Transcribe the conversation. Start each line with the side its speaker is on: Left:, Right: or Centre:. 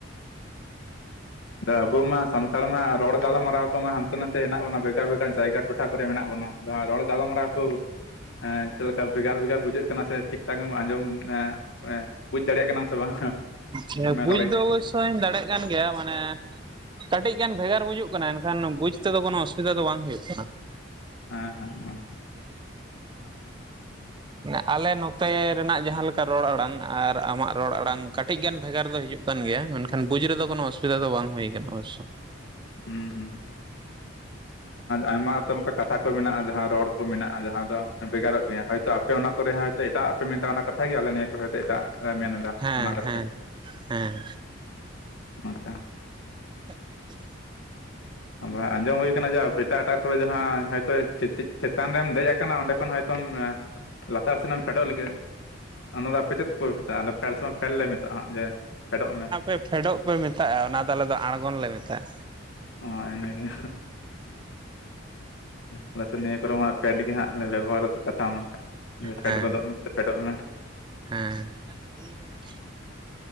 Left: ᱫᱟ ᱟᱵᱩ ᱢᱟ ᱥᱟᱱ ᱛᱟᱦᱚᱞᱮ ᱢᱟᱸ ᱨᱚᱲ ᱜᱟᱞᱟᱨᱟᱣ ᱠᱚᱢᱟ ᱦᱟᱱᱛᱮ ᱱᱟᱛᱮ ᱦᱮᱱᱟᱜ ᱵᱚᱱᱟ, ᱵᱷᱮᱜᱟᱨ ᱵᱷᱮᱜᱟᱨ ᱡᱟᱭᱜᱟ ᱴᱚᱴᱷᱟ ᱠᱚᱨᱮ ᱢᱮᱱᱟᱜ ᱵᱚᱱᱟ ᱦᱟᱸᱜ ᱨᱚᱲ ᱜᱟᱞᱢᱟᱨᱟᱣ ᱠᱚ ᱱᱤᱛᱳᱜ ᱪᱮᱫ ᱞᱮᱠᱟ ᱵᱷᱮᱜᱟᱨ ᱵᱷᱮᱜᱟᱨ ᱵᱩᱡᱷᱟᱹᱜ ᱠᱟᱱᱟ, ᱥᱮ ᱴᱷᱤᱠ ᱴᱷᱟᱠᱮᱢ ᱟᱸᱡᱚᱢ ᱮᱸ ᱵᱩᱡ ᱫᱟᱲᱮᱭᱟᱜ ᱠᱟᱱᱟᱢ ᱥᱮ ᱵᱟᱝ?
Right: ᱦᱮᱸ
Left: ᱤᱧ ᱢᱟ
Right: ᱵᱩᱡ
Left: ᱨᱚᱲᱮᱫ
Right: ᱫᱚ ᱚᱵᱚᱥᱚ ᱟᱹᱧ ᱫᱟᱲᱭᱟᱜ ᱠᱟᱱ ᱜᱮᱭᱟ ᱢᱟᱱᱮ, ᱠᱟᱹᱴᱤᱡ ᱜᱟᱱ ᱵᱷᱮᱜᱟᱨ ᱵᱩᱡᱩᱜ ᱠᱟᱱᱟ ᱮᱱᱠᱷᱟᱱ ᱵᱩᱡ ᱱᱤᱛᱳᱫᱚ ᱠᱳᱱᱳ ᱚᱥᱩᱵᱤᱫᱷᱟ ᱫᱚ ᱵᱟᱝ ᱦᱳᱭᱳᱜ ᱠᱟᱱᱟ᱾
Left: ᱦᱮᱸᱻᱦᱮᱸᱻᱦᱮᱸᱻ᱾
Right: ᱢᱟᱱᱮ ᱟᱞᱮ ᱱᱚᱛᱮ ᱨᱮᱱᱟᱜ ᱡᱟᱦᱟᱸ ᱞᱮᱠᱟ ᱨᱚᱲ ᱟᱲᱟᱝ, ᱟᱨ ᱟᱢᱟᱜ ᱨᱚᱲ ᱟᱲᱟᱝ ᱠᱟᱹᱴᱤᱡ ᱜᱟᱱ ᱵᱷᱮᱜᱟᱨ ᱫᱚ ᱦᱤᱡᱩᱜ ᱠᱟᱱᱟ᱾ ᱠᱟᱱ ᱜᱮᱭᱟ ᱢᱮᱱᱠᱷᱟᱱ ᱵᱩᱡ ᱨᱮᱫᱚ ᱠᱚᱱᱳ ᱚᱥᱩᱵᱤᱫᱟ ᱫᱚ ᱵᱟᱝ ᱦᱩᱭᱟ ᱟᱠᱟᱱᱟ ᱚᱵᱚᱥᱚ
Left: ᱦᱩᱸ ᱦᱩᱸ ᱟᱭᱢᱟ ᱩᱛ ᱚᱱᱠᱟ ᱠᱟᱛᱷᱟ ᱠᱚ ᱢᱮᱱᱟᱜᱼᱟ ᱡᱟᱦᱟᱸ ᱨᱚᱲ ᱠᱚ ᱢᱮᱱᱟᱜᱼᱟ ᱡᱟᱦᱟᱸ ᱫᱚ ᱵᱷᱮᱜᱟᱨᱚᱜ ᱜᱮᱭᱟ ᱦᱳᱭᱛᱳ ᱟᱯᱮ ᱚᱱᱟ ᱠᱚᱨᱮ ᱦᱚᱸ ᱦᱚᱭᱛᱳ ᱮᱴᱟᱜ ᱯᱮ ᱢᱮᱛᱟᱜ ᱚᱱᱟ ᱠᱟᱛᱷᱟᱜ ᱜᱮ ᱟᱞᱮ ᱱᱤᱭᱟᱹ ᱠᱚ ᱦᱚᱭᱛᱳ ᱮᱴᱟᱜ ᱞᱮ ᱢᱮᱱ ᱮᱫᱟ
Right: ᱦᱮᱸ
Left: ᱚᱱᱟ ᱠᱟᱛᱷᱟ
Right: ᱦᱮᱸ ᱦᱮᱸ
Left: ᱢᱲᱠᱟ
Right: <unintelligible>
Left: ᱟᱵ ᱟᱸᱡᱚᱢ ᱦᱩᱭᱩ ᱟᱠᱟᱱᱟ ᱡᱮ ᱮᱴᱟᱜ ᱮᱴᱟᱜ ᱠᱚᱨᱮ ᱡᱟᱦᱟᱸᱭᱛᱳ ᱪᱮᱛᱟᱱ ᱨᱮᱢ ᱫᱮᱡ ᱟᱠᱟᱱᱟ ᱚᱸᱰᱮ ᱠᱷᱚᱱ ᱦᱚᱭ ᱡᱚᱢ ᱞᱟᱛᱟᱨ ᱥᱮᱱᱮᱢ ᱯᱷᱮᱰᱚᱜ ᱞᱟᱹᱜᱤᱫ ᱚᱱᱟ ᱫᱚ ᱟᱯᱮ ᱪᱮᱫ ᱚᱠᱚᱭ ᱢᱮᱛᱟᱜᱼᱟ ᱯᱷᱮᱞ ᱥᱚᱢᱚᱭ ᱯᱷᱮᱞ ᱞᱮ ᱢᱮᱛᱟᱜᱼᱟᱜ ᱡᱮ ᱯᱷᱮᱰᱚᱜ ᱢᱮ
Right: ᱮ ᱯᱷᱮᱰᱚᱜ ᱯᱮ ᱢᱮᱛᱟᱜᱼᱟ ᱚᱱᱟᱫᱚ ᱟᱞᱮ ᱫᱚ ᱟᱬᱜᱚᱱ ᱞᱮ ᱢᱮᱛᱟᱜᱼᱟ
Left: ᱦᱮᱸ ᱤᱱᱟ ᱜᱮ ᱟᱞᱮᱥᱮ ᱱᱤᱭᱟᱹ ᱠᱚᱨᱮ ᱦᱚᱸᱜ ᱯᱷᱮᱰ ᱜᱮ ᱦᱟᱸᱜ ᱞᱮ ᱵᱮᱵᱚᱦᱟᱨᱫᱟ ᱠᱟᱛᱷᱟ ᱢᱟ ᱡᱮ ᱯᱷᱮᱰ
Right: ᱦᱮᱸ
Left: ᱜᱚᱫᱚᱜ ᱢᱮ ᱥᱮ ᱯᱷᱮᱰᱚᱜ ᱢᱮ
Right: ᱦᱮᱸ ᱦᱮᱸ